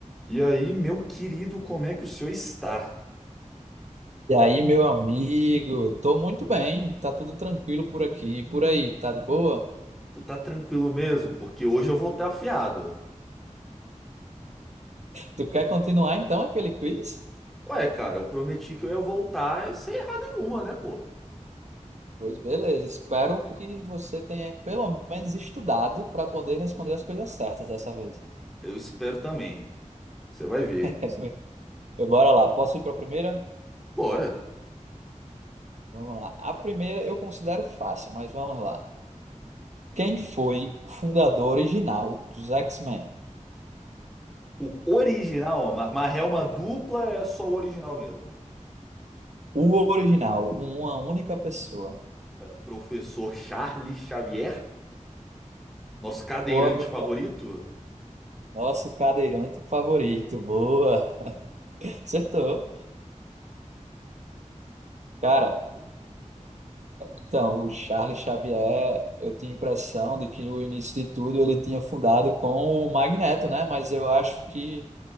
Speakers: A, in the centre; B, on the right.
A: E aí, meu querido, como é que o senhor está?
B: E aí, meu amigo, tô muito bem, tá tudo tranquilo por aqui, e por aí, tá de boa?
A: Tu tá tranquilo mesmo? Porque hoje eu voltei afiado.
B: Tu quer continuar então aquele quiz?
A: Ué, cara, eu prometi que eu ia voltar sem errar nenhuma, né, pô?
B: Pois beleza, espero que você tenha pelo menos estudado para poder responder as coisas certas dessa vez.
A: Eu espero também. Você vai ver.
B: <laughs> Bora lá, posso ir para a primeira?
A: Bora.
B: Vamos lá. A primeira eu considero fácil, mas vamos lá. Quem foi o fundador original dos X-Men?
A: O original, ó, ma- mas é uma dupla, é só o original mesmo.
B: O original, uma única pessoa.
A: É, professor Charles Xavier, nosso cadeirante
B: Boa, meu
A: favorito.
B: nosso cadeirante favorito. Boa. <laughs> Acertou. Cara, então, o Charles Xavier, eu tinha a impressão de que o início de tudo ele tinha fundado com o Magneto, né? Mas eu acho que